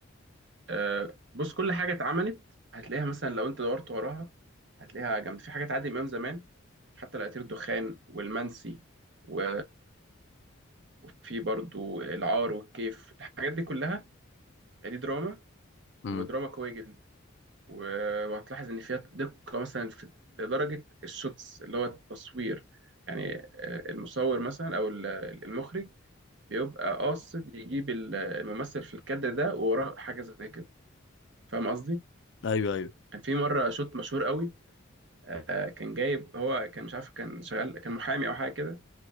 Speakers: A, on the right; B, on the left.
A: آه، بص كل حاجه اتعملت هتلاقيها مثلا لو انت دورت وراها هتلاقيها جامد في حاجات عادل امام زمان حتى العطير الدخان والمنسي و... وفي برضو العار والكيف الحاجات دي كلها آه، دي دراما
B: امم
A: ودراما قويه جدا و- وهتلاحظ ان فيها دقه مثلا في... لدرجه الشوتس اللي هو التصوير يعني آه، المصور مثلا او ال- المخرج بيبقى قاصد يجيب ال- الممثل في الكادر ده ووراه حاجه زي كده فاهم قصدي؟
B: ايوه ايوه
A: كان في مره شوت مشهور قوي آه، كان جايب هو كان مش عارف كان شغال كان محامي او حاجه كده